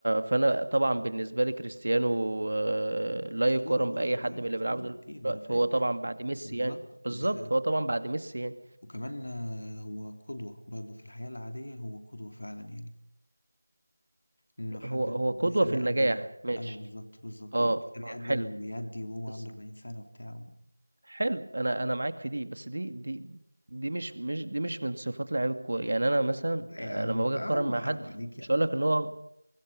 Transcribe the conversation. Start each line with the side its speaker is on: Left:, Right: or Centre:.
Right: فانا طبعا بالنسبة لي كريستيانو آه، لا
Left: اسطوره
Right: يقارن
Left: برضه
Right: بأي حد
Left: ايوه
Right: من اللي
Left: اسطوره
Right: بيلعبوا
Left: كتير ما
Right: دلوقتي
Left: انا فاهم
Right: هو طبعا بعد ميسي
Left: بالظبط
Right: يعني بالظبط
Left: بس
Right: هو طبعا بعد ميسي يعني
Left: وكمان آه، هو قدوه برضه في الحياه العاديه هو قدوه فعلا يعني انه حد
Right: هو هو
Left: لسه
Right: قدوة في
Left: بيقدم
Right: النجاح ماشي
Left: ايوه بالظبط بالظبط
Right: اه
Left: ولسه بيقدم
Right: آه، حلو
Left: وبيأدي وهو
Right: بس
Left: عنده 40 سنه وبتاع
Right: حلو انا انا معاك في دي بس دي دي دي مش مش دي مش من صفات لعيب الكوره يعني انا مثلا
Left: لا
Right: آه،
Left: يا عم
Right: لما باجي
Left: يا
Right: اقارن
Left: عم
Right: مع
Left: حرام
Right: حد
Left: عليك
Right: مش
Left: يا
Right: هقول لك ان هو